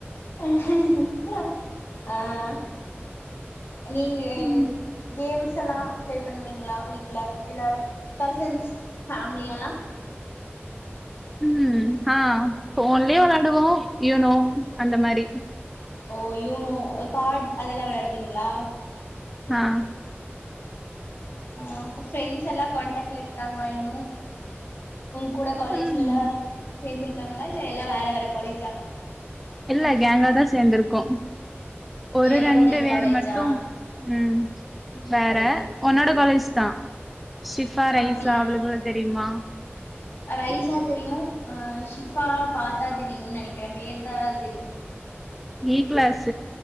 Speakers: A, on the left; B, in the centre.
A: அஹ <unintelligible> அஹ் நீங்க
B: ம்
A: கேம்ஸ் எல்லா பிளே பண்ணுவீங்களா வீட்டு்ல எல்லாரு கஷின்ஸ் ஃபேமிலியெல்லா
B: உம் ஆஹ போன்லயே விளையாடுவோ இனோ அந்த மாரி
A: ஓ யூனோ கார்ட் அதெல்லா விளையாடுவீங்களா
B: ஆஹ
A: ஆஹ் பிரெண்ட்ஸ் எல்லா காண்டாக்ட்ல்ல இருக்காங்களா இன்னு உங் கூட காலேஜ்ல
B: ம்
A: எல்லா சேந்து இருக்கங்களா இல்ல எல்லா வேற வேற காலேஜா
B: இல்ல
A: ஃப்ரெண்ட்ஸ்லா
B: கேங்கா தா சேந்திருக்கோ ஒரு
A: ஓ எல்லா
B: ரெண்டு
A: ஒரே
B: பேர்
A: காலேஜா
B: மட்டு உம் வேற
A: ஓகே ஓகே
B: உன்னோட காலேஜ் தா ஷிஃபா ரைஸா
A: அப்டியா
B: அவளுகள தெரியுமா
A: ரைஸா தெரியு ஆஹ ஷிஃபா பாத்தா தெரியுனு நெனைக்கிறே பேர்தா தெரியு
B: இ கிளாஸ்